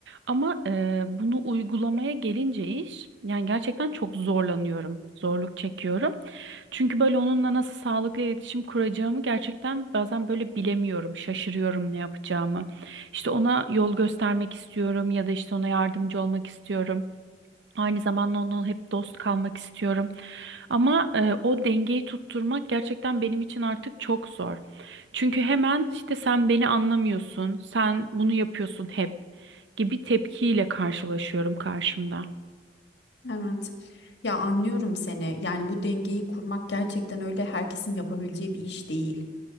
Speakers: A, on the right (about 85°); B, on the left (about 70°).
A: Ama eee, bunu uygulamaya gelince iş yani gerçekten çok zorlanıyorum. Zorluk çekiyorum. Çünkü böyle onunla nasıl sağlıklı iletişim kuracağımı gerçekten bazen böyle bilemiyorum. Şaşırıyorum ne yapacağımı. İşte ona yol göstermek istiyorum ya da işte ona yardımcı olmak istiyorum. Aynı zamanda onunla hep dost kalmak istiyorum. Ama e, o dengeyi tutturmak gerçekten benim için artık çok zor. Çünkü hemen işte sen beni anlamıyorsun, sen bunu yapıyorsun hep gibi tepkiyle karşılaşıyorum karşımda.
B: Evet. Ya anlıyorum seni. Yani bu dengeyi kurmak gerçekten öyle herkesin yapabileceği bir iş değil.